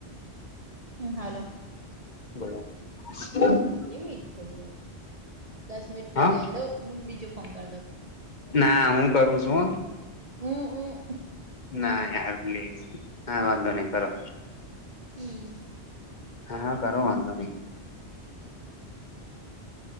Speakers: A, on the right; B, on the left.
A: હ હલો
B: બોલો <inaudible>
A: લિમિટ થઈ યાર, દસ મિનિટ
B: હા
A: થઈ ગઈ હેડો હું બીજો ફોન કર દઉં.
B: ના હું કરું છું હો.
A: હમ્મ હમ્મ.
B: ના યાર પ્લીઝ, હા વાંધો નઈ કરો.
A: હમ્મ.
B: હા હા કરો વાંધો નહી.